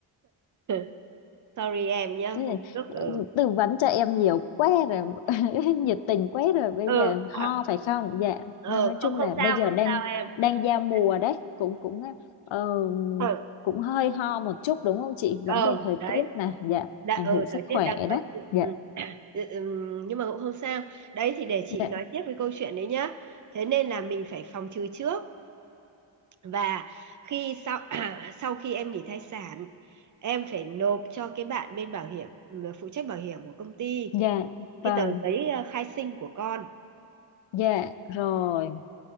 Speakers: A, on the right; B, on the left.
A: <laughs> sorry em nhá hôm
B: Thế này,
A: trước ừ
B: tư vấn cho em nhiều quá rồi <laughs> nhiệt tình quá rồi bây
A: ừ
B: giờ ho
A: à,
B: phải không dạ
A: ừ
B: nó nói chung
A: không không
B: là bây
A: sao
B: giờ
A: không
B: đang
A: sao em
B: đang giao
A: không
B: mùa
A: sao.
B: đấy cũng cũng ờ,
A: ừ
B: cũng hơi ho một chút đúng không chị
A: ừ
B: vấn đề thời
A: đấy
B: tiết nè dạ
A: đã
B: ảnh
A: ừ
B: hưởng sức
A: thời
B: khỏe
A: tiết đang khó
B: đấy
A: chịu
B: dạ
A: ừ. <clears throat> Ừ, ừ, nhưng mà cũng không sao đấy thì để chị
B: dạ
A: nói tiếp với câu chuyện đấy nhá thế nên là mình phải phòng trừ trước và khi sau <clears throat> sau khi em nghỉ thai sản em phải nộp cho cái bạn bên bảo hiểm ừ, phụ trách bảo hiểm của công ty
B: dạ vâng
A: cái tờ giấy ờ, khai sinh của con
B: dạ rồi